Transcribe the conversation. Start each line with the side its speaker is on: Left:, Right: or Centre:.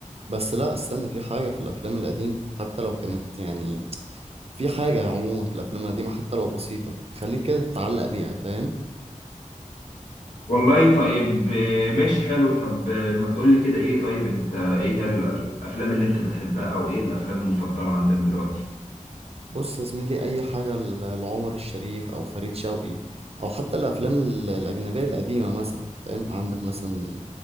Right: بس لا استنى في حاجة في الأفلام القديمة حتى لو كانت يعني في حاجة عموما في الأفلام القديمة حتى لو بسيطة تخليك كده تتعلق بيها فاهم
Left: والله طيب آه، ماشي حلو طب آه، ما تقول لي كده ايه طيب انت ايه هي ال- الافلام اللي انت بتحبها او ايه الافلام المفضله عندك دلوقتي
Right: بص يا زميلي اي حاجه ل- لعمر الشريف او فريد شوقي او حتى الافلام ال- الاجنبيه القديمه مثلا فاهم عندك مثلا